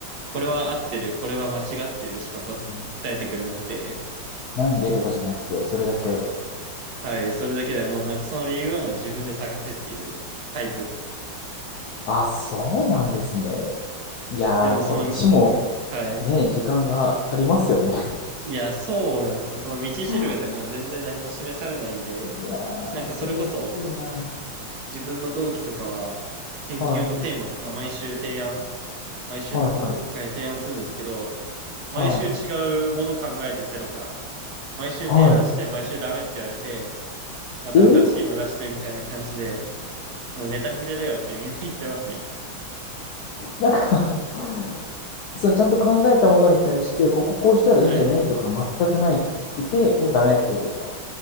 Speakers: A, on the right; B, on the left.
A: これは合ってる、これは間違ってるしか答
B: い。うん、
A: えてくれなくて、
B: なんでとかじゃなくて、それだけ、
A: はい、それだけでもう、なんかその理由はもう自分で探せっていうタイプ。
B: あ、そうなんですね。いやー、
A: でもその、
B: こっちも
A: んはい。
B: ね、時間がありますよね。
A: いや、そうなんですよ。その道しるべとかも全然何も示されないんで、
B: いやー、
A: なんかそれこそ
B: それはきついな。
A: 自分の同期とかは研究のテーマとか毎週提案、
B: はい。
A: 毎週の報告会で提案するんですけど、
B: はいはい。
A: 毎週違うもの考えてゼロから、
B: はい。
A: 毎週提案して毎週ダメって言われて、
B: は
A: また新しいの出してみたいな感じで、
B: い。えー
A: もうネタ切れだよってみんな言ってますね。
B: なんか <laughs> そのちゃんと考えたものに対して、こここうしたらいいんじゃないとか全くないくて、
A: はい。
B: ダメってことですか